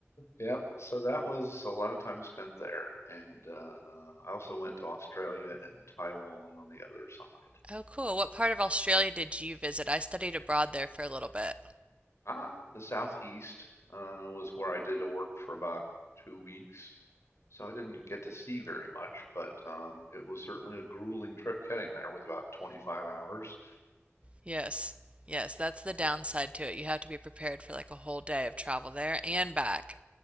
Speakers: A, on the left (about 70°); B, on the right (about 25°).
A: Yep. So that was a lot of time spent there, and uh, I also went to Australia and Taiwan on the other side.
B: Oh, cool. What part of Australia did you visit? I studied abroad there for a little bit.
A: Ah, the Southeast uh, was where I did a work for about two weeks. So I didn't get to see very much, but um, it was certainly a grueling trip getting there with about 25 hours.
B: Yes. Yes, that's the downside to it. You have to be prepared for like a whole day of travel there and back.